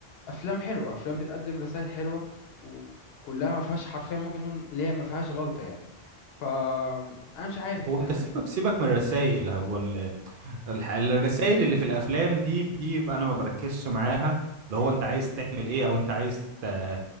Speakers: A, on the left (about 70°); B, on the right (about 65°).
A: أفلام حلوة أفلام بتقدم رسائل حلوة وكلها ما فيهاش حرفيا ممكن نقول اللي هي ما فيهاش غلطة يعني فأنا مش عارف
B: هو
A: يعني
B: انت سيبك سيبك من الرسائل هو الح- الرسائل اللي في الافلام دي دي بقى انا ما بركزش معاها اللي
A: مم.
B: هو انت عايز تعمل ايه او انت عايز ت-